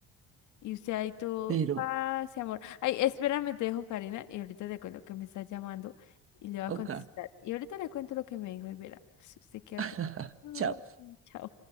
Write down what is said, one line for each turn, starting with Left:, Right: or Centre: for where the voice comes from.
Left: Y usted ahí todo,
Right: Pero,
Left: ah sí amor. Ay, espérame, te dejo, Karina, y ahorita te cuento que me está llamando y le voy a
Right: ok,
Left: contestar. Y ahorita le cuento lo que me dijo y verá, si usted queda
Right: <laughs>
Left: como, ay,
Right: chao.
Left: sí, chao.